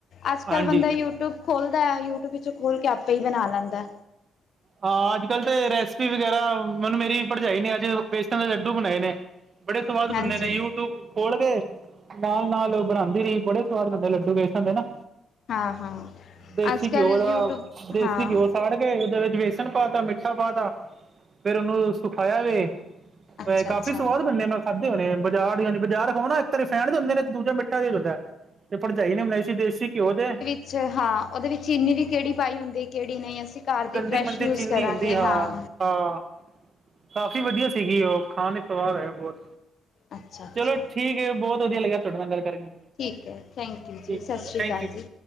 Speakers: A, on the left; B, on the right.
A: ਅੱਜ ਕੱਲ੍ਹ
B: ਹਾਂਜੀ
A: ਬੰਦਾ ਯੂਟਿਊਬ ਖੋਲਦਾ ਐ, ਯੂਟਿਊਬ ਵਿਚੋ ਖੋਲ ਕੇ ਆਪੇ ਈ ਬਣਾ ਲੈਂਦਾ।
B: ਹਾਂ ਅੱਜ ਕੱਲ ਤੇ ਰੈਸਿਪੀ ਵਗੈਰਾ, ਮੈਨੂੰ ਮੇਰੀ ਭਰਜਾਈ ਨੇ ਅੱਜ ਬੇਸਨ ਦੇ ਲੱਡੂ ਬਣਾਏ ਨੇ। ਬੜੇ ਸਵਾਦ
A: ਹਾਂਜੀ
B: ਬਣਦੇ ਨੇ ਯੂਟਊਬ ਖੋਲ ਕੇ, ਨਾਲ-ਨਾਲ ਬਨਾਂਦੀ ਰ‌ਈ ਬੜੇ ਸਵਾਦ ਬਣਦੇ ਲੱਡੂ ਵੇਸਣ ਦੇ ਨਾ।
A: ਹਾਂ ਹਾਂ
B: ਦੇਸੀ
A: ਅੱਜ ਕੱਲ੍ਹ
B: ਘਿਓ ਦਾ
A: ਯੂਟਿਊਬ
B: ਦੇਸੀ
A: ਹਾਂ
B: ਘਿਓ ਸਾੜ ਕੇ ਉਹਦੇ ਵਿੱਚ ਵੇਸਨ ਪਾ ਤਾ ਮਿੱਠਾ ਪਾ ਤਾ, ਫੇਰ ਉਹਨੂੰ ਸੁਖਾਇਆ ਵੇ।
A: ਅੱਛਾ
B: ਕਾਫ਼ੀ
A: ਅੱਛਾ
B: ਸਵਾਦ ਬਨਣੇ ਮੈਂ ਖਾਧੇ ਹੋਏ ਨੇ, ਬਾਜ਼ਾਰ ਜਾਣੀ ਬਾਜ਼ਾਰ ਖਾਓ ਨਾ ਇੱਕ ਤੇ ਰਿਫੈਂਡ ਦੇ ਹੁੰਦੇ ਨੇ, ਤੇ ਦੂਜਾ ਮਿੱਟਾ ਤੇਜ ਹੁੰਦਾ ਤੇ ਭਰਜਾਈ ਬਨਾਏ ਸੀ ਦੇਸੀ ਘਿਓ ਦੇ
A: ਅੱਛਾ, ਹਾਂ ਉਹਦੇ ਵਿੱਚ ਚੀਨੀ ਵੀ ਕਿਹੜੀ ਪਾਈ ਹੁੰਦੀ ਕਿਹੜੀ ਨਹੀਂ ਅਸੀ ਘਰ ਦੀ
B: ਗੰਦੀ
A: ਫਰੈਸ਼
B: ਮੰਦੀ
A: ਯੂਜ
B: ਚੀਨੀ
A: ਕਰਾਂਗੇ
B: ਹੁੰਦੀ
A: ਹਾਂ।
B: ਹਾਂ, ਕਾਫੀ ਵਧੀਆ ਸੀਗੀ ਉਹ ਖਾਨ ਵਿਚ ਸਵਾਦ ਆਇਆ ਬਹੁਤ
A: ਅੱਛਾ ਅੱਛਾ
B: ਚਲੋ ਠੀਕ ਏ, ਬਹੁਤ ਵਧੀਆ ਲੱਗਿਆ ਤੁਹਾਡੇ ਨਾ ਗੱਲ ਕਰਕੇ।
A: ਠੀਕ ਐ, ਥੈਂਕ ਯੂ
B: ਠੀਕ
A: ਜੀ, ਸਾਸ਼ਰੀ
B: ਥੈਂਕ
A: ਕਾਲ
B: ਯੂ
A: ਜੀ।